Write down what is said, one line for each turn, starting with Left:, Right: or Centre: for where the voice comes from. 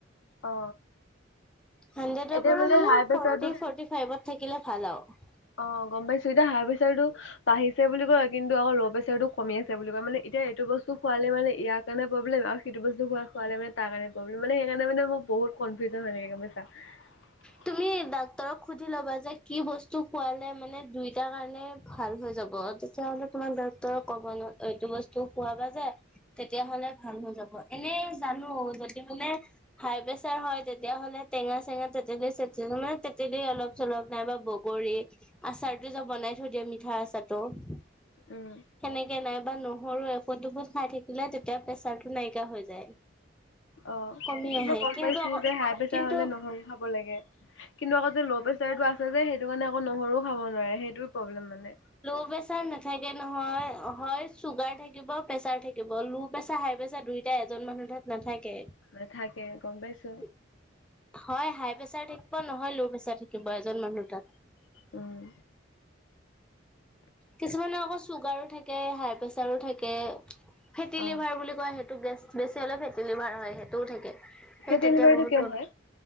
Left: অ
Centre: হানড্ৰেডৰ
Left: এতিয়া
Centre: পৰা মানে
Left: হাই প্ৰেচাৰটোত
Centre: ফটি, ফৰ্টি ফাইভত থাকিলে। ফাল আৱ।
Left: অ, গম পাইছো এতিয়া হাই প্ৰেচাৰ টো বাঢ়িছে বুলি কয়, কিন্তু আকৌ ল' প্ৰেচাৰ টো কমি আছে বুলি কয়, মানে এতিয়া এইটো বস্তু খোৱালে মানে ইয়াৰ কাৰণে প্ৰব্লেম আও সেইটো বস্তু খুৱা খুৱালে মানে তাৰ কাৰণে প্ৰব্লেম। মানে সেইকাৰণে মানে মোৰ। বহুত কনফিউজন হয় এনেকে গম পাইছা।
Centre: তুমি ডাক্তৰক সুধি ল'বা যে কি বস্তু খোৱালে মানে দুইটাৰ কাৰণে ভাল হৈ যাব। তেতিয়া হ'লে তোমাৰ ডক্টৰৰ কব, এইটো বস্তু খোৱাব যায় তেতিয়া হলে ভাল হৈ যাব। এনে জানো যদি বোলে হাই প্ৰেছাৰ হয়। তেতিয়াহ'লে টেঙা চেঙা তেতেলি চ মানে তেতেলি অলপ চলপ নাইবা বগৰী আচাৰতো যে বনাই থৈ দিয়ে মিঠা আচাৰ। তাৰ পাছতো
Left: উম
Centre: সেনেকে নাই বা নহৰু এফুট, দুফুট খাই থাকিলে তেতিয়া প্ৰেচাৰটো নাইকিয়া হৈ যায়।
Left: অ
Centre: কমি
Left: সেইটো
Centre: আহে
Left: মই গম
Centre: কিন্তু
Left: পাইছো যে হাই প্ৰেচাৰ
Centre: কিন্তু
Left: হলে নহল ব লাগে। কিন্তু আকৌ যে ল' প্ৰেচাৰটো আছে যে সেইটো কাৰণে আকৌ নহৰুও খাব নোৱাৰে, সেইটো প্ৰব্লেম মানে।
Centre: ল' প্ৰেচাৰ নাথাকে নহয়, হয় চুগাৰ থাকিব, প্ৰেছাৰ থাকিব, ল' প্ৰেচাৰ হাই ত পছত দুইটা এজন মানুহ তাত নাথাকে।
Left: নাথাকে। গম পাইছো
Centre: হয়, হাই প্ৰেছাৰ থাকিব, নহয় ল' প্ৰেচাৰ থাকিব এজন মানুহ তাত
Left: উম।
Centre: কিছুমানে আকৌ চুগাৰো থাকে হাই প্ৰেচাৰো থাকে ফেটি
Left: অ
Centre: লিভাৰ বুলি কয় সেইটো গেছ বেছি হলে ফেটি লিভাৰ হয়। সেইটোও থাকে সেই
Left: ফেটি
Centre: তেতিয়া
Left: লিভাৰটো
Centre: বহুত।
Left: কিয় হয়।